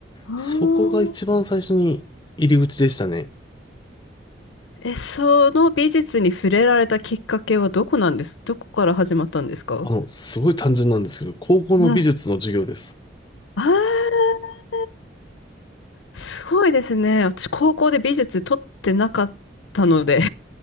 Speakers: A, on the left (about 80°); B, on the left (about 20°).
A: あー
B: そこが一番最初に入り口でしたね。
A: え、その美術に触れられたきっかけはどこなんですどこから始まったんですか
B: あの、すごい単純なんですけど、高校の美術の授業です。
A: はい。あーすごいですね。私、高校で美術取ってなかったので